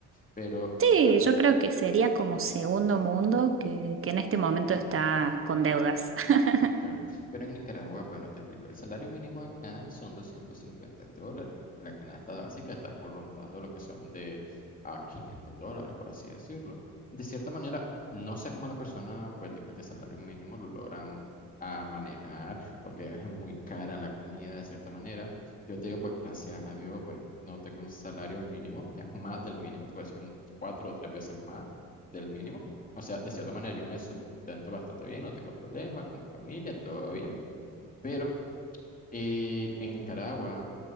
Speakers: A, on the left; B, on the right.
A: pero
B: Sí,
A: ah,
B: yo creo que sería como segundo mundo que, que en este momento está con deudas. <laughs>
A: Correcto. Pero en Nicaragua, bueno, te explico, el salario mínimo acá son 250 dólares. La canasta básica está por rondando lo que son de a 500 dólares, por así decirlo. De cierta manera, no sé cómo las personas pues, de, de salario mínimo lo logran a manejar, porque es muy cara la comida, de cierta manera. Yo te digo, pues gracias a Dios, pues no tengo un salario mínimo, es más del mínimo, te voy a decir un cuatro o tres veces más del mínimo. O sea, de cierta manera, yo me su- tanto bastante bien, no tengo problemas con mi familia, todo bien. Pero eh, en Nicaragua,